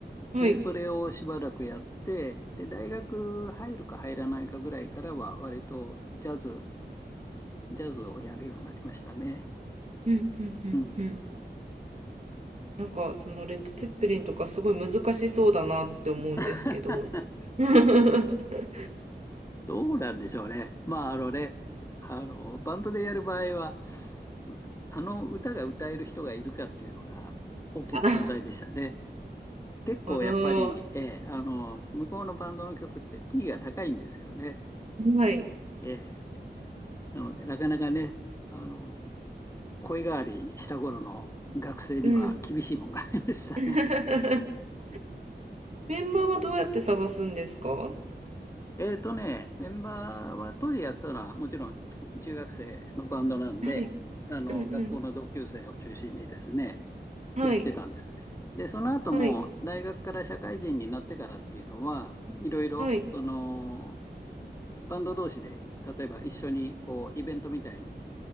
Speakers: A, on the right; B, on the left.
A: ん、
B: で、
A: はい、
B: それをしばらくやって、で、大学入るか入らないかぐらいからは、割とジャズ、ジャズをやるようになりましたね。
A: うんうんうんうん。
B: うん。
A: なんかそのレッド・ツェッペリンとかすごい難しそうだなって思うんですけど。
B: <laughs>
A: <laughs>
B: どうなんでしょうね。まあ、あのね、あの、バンドでやる場合は、うあの歌が歌える人がいるかっていうのが大きな問題でしたね。
A: あなる
B: 結構やっぱり、
A: ほど。
B: ええ、あの、向こうのバンドの曲ってキーが高いんですよね。
A: はい、
B: ええ、なので、なかなかね、あの、声変わりした頃の学生には厳しいもんがありましたね。
A: うん。<laughs> メンバーはどうやって探すんですかは
B: <laughs> えっとね、メンバーは当時やってたのはもちろん中学生のバンドなんで、
A: い、
B: あの学校の同級生を中心にですね、
A: うんうん、はい、
B: やってたんですね。で、その後も大学から社会人になってからっていうのは、
A: はい、
B: いろいろその
A: はい。
B: バンド同士で、例えば一緒にこうイベントみたいに